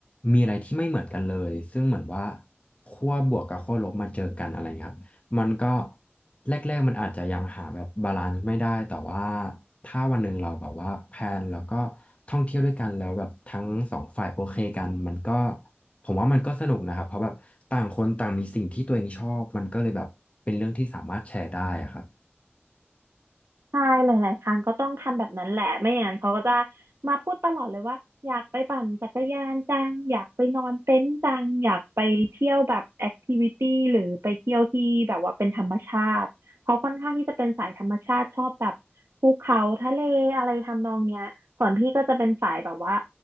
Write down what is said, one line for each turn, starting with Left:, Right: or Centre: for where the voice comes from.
Left: มีอะไรที่ไม่เหมือนกันเลยซึ่งเหมือนว่าขั้วบวกกับขั้วลบมาเจอกันอะไรเงี้ยครับมันก็แรกๆมันอาจจะยังหาแบบบาลานซ์ไม่ได้แต่ว่าถ้าวันหนึ่งเราแบบว่าแพลนแล้วก็ท่องเที่ยวด้วยกันแล้วแบบทั้งสองฝ่ายโอเคกันมันก็ผมว่ามันก็สนุกนะครับเพราะแบบต่างคนต่างมีสิ่งที่ตัวเองชอบมันก็เลยแบบเป็นเรื่องที่สามารถแชร์ได้อะครับ
Right: ใช่หลายๆครั้งก็ต้องทำแบบนั้นแหละไม่อย่างนั้นเขาก็จะมาพูดตลอดเลยว่าอยากไปปั่นจักรยานจังอยากไปนอนเต็นท์จังอยากไปเที่ยวแบบแอคทิวิตี้หรือไปเที่ยวที่แบบว่าเป็นธรรมชาติเขาค่อนข้างที่จะเป็นสายธรรมชาติชอบแบบภูเขาทะเลอะไรทำนองเนี้ยส่วนพี่ก็จะเป็นสายแบบว่า